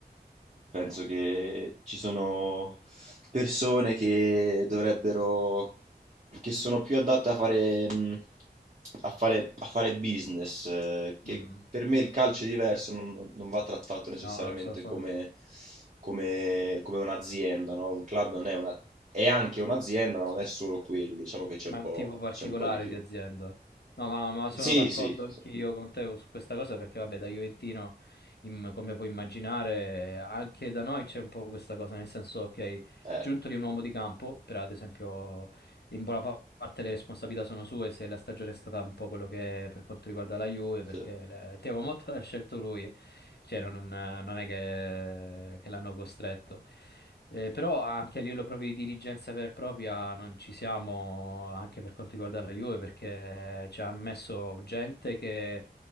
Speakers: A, on the right (about 45°); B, on the left (about 70°).
A: penso che ci sono persone che dovrebbero, che sono più adatte a fare mh, a fare, a fare business, eh, che
B: mm.
A: per me il calcio è diverso, non, non va trattato necessariamente
B: no, so- son-
A: come, come- come un'azienda, no? Un club non è una, è anche un'azienda, ma non è solo quello, diciamo che c'è
B: ma
A: un
B: è
A: po',
B: un tipo particolare
A: c'è un po' di più.
B: di azienda. No, ma, ma sono
A: Sì,
B: d'accordo
A: sì,
B: anch'io
A: sì,
B: con te su questa cosa perché vabbè, da Juventino, im- come puoi immaginare, anche da noi c'è un po' questa cosa, nel senso, ok,
A: eh,
B: Giuntoli è un uomo di campo, per ad esempio... in buona pa- parte le responsabilità sono sue se la stagione è stata un po' quello che è per quanto riguarda la Juve,
A: sì,
B: perché le- Thiago Motta <laughs> l'ha scelto lui, cioè non, non è che, che l'hanno costretto. Eh, però anche a livello proprio di dirigenza vera e propria non ci siamo anche per quanto riguarda la Juve, perché ci hanno messo gente che